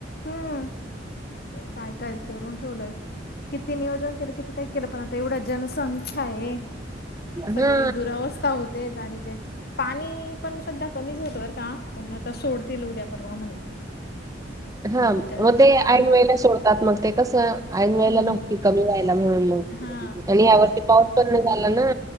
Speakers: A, on the left; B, on the right.
A: हा काय काय करून ठेवलंय. किती नियोजन केलं किती काय केलं पण आता एवढं जनसंख्या आहे. सगळी
B: हा
A: दुरावस्था होतेच आणि ते पाणी. पण सध्या कमीच होतं बरं का पण आता सोडतील उद्या परवा म्हणे.
B: हा
A: दोन
B: मग
A: चार दिवसात
B: ते
A: पाणी
B: ऐन वेळेला सोडतात मग ते कसं ऐन वेळेला
A: हम्म
B: नव्हती कमी व्हायला म्हणून मग.
A: हा
B: आणि या वर्षी पाऊस पण नाही झाला ना.